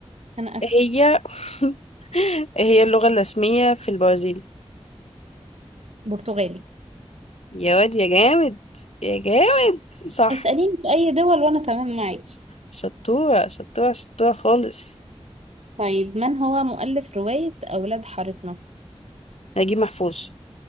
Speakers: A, on the right; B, on the left.
A: انا اسفة
B: إيه هي <laughs> إيه هي اللغة الرسمية في البرازيل
A: برتغالي
B: يا واد يا جامد يا جامد صح
A: اسأليني في اي دول وانا تمام معاكي
B: شطورة شطورة شطورة خالص
A: طيب من هو مؤلف رواية اولاد حارتنا
B: نجيب محفوظ